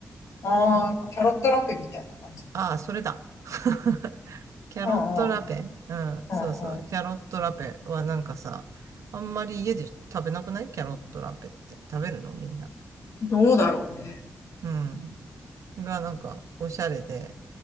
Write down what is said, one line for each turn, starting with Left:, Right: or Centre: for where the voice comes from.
Left: ああ、
Right: な。なんか
Left: キャロットラペみたいな感じか。
Right: ああ、それだ。<laughs> キャロットラペ。
Left: うんうん、
Right: うん、
Left: うんうん。
Right: そうそう。キャロットラペはなんかさ、あんまり家で食べなくないキャロットラペって。食べるのみんな。
Left: どうだろうね。
Right: うん。がなんかおしゃれで、